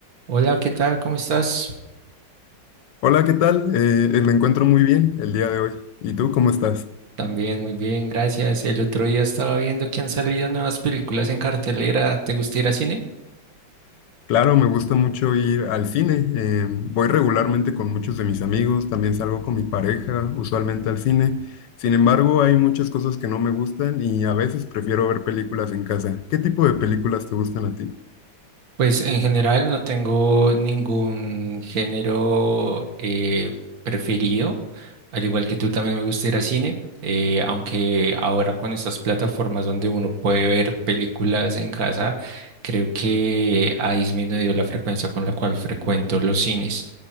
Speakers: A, on the right; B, on the left.
A: Hola, ¿qué tal? ¿Cómo estás?
B: Hola, ¿qué tal? Eh, eh, me encuentro muy bien el día de hoy. ¿Y tú cómo estás?
A: También muy bien, gracias. El otro día estaba viendo que han salido nuevas películas en cartelera. ¿Te gusta ir a cine?
B: Claro, me gusta mucho ir al cine. eh, voy regularmente con muchos de mis amigos, también salgo con mi pareja, usualmente al cine. Sin embargo, hay muchas cosas que no me gustan y a veces prefiero ver películas en casa. ¿Qué tipo de películas te gustan a ti?
A: Pues en general no tengo ningún género eh, preferido. Al igual que tú también me gusta ir a cine, eh, aunque ahora con estas plataformas donde uno puede ver películas en casa, creo que ha disminuido la frecuencia con la cual frecuento los cines.